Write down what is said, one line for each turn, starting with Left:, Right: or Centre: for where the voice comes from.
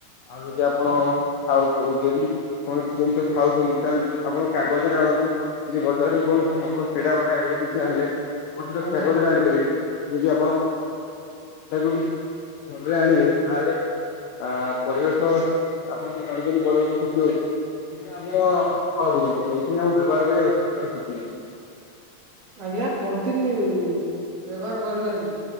Left: ଆଉ <unintelligible> ଆ ଆପଣ
Right: ଆଜ୍ଞା
Left: ଖାଉ କୋହୁଚନ୍ତି ପୁଣି ଯୋଉ ଜିନଷ ଖାଉଚନ୍ତି ତାହେଲେ ଆପଣ କାଗଜରେ ଆଣନ୍ତୁ କିଛି ବଜାରରେ କୌଣସି ଆପଣ ପେଡା ଗୋଟେ ଆଣିଲେ କିଛି ଆଣିଲେ ଆପଣ ସେଟା
Right: ଆଜ୍ଞା
Left: କାଗଜରେ ଆଣିପାରିବେ ଯଦି ଆପଣ <unintelligible>
Right: ଆଜ୍ଞା
Left: ଜରିରେ ଆଣିବେ ତାହେଲେ ଆ ପରିବେଶ ଆପଣ ତ ଜାଣିଚନ୍ତି ପରିବେଶ କ୍ଷତି ହୋଉଚି ସେଥିପାଇଁ ଆପଣ କଣ ଭାବୁଚନ୍ତି ପଲିଥିନ ଆମକୁ ବ୍ୟବହାର କରିବା ଉଚିତ ନା ଉଚିତ୍ ନୁହେଁ।
Right: ଆଜ୍ଞା ପଲିଥିନ୍ ବ୍ୟବହାର କରିବାନି।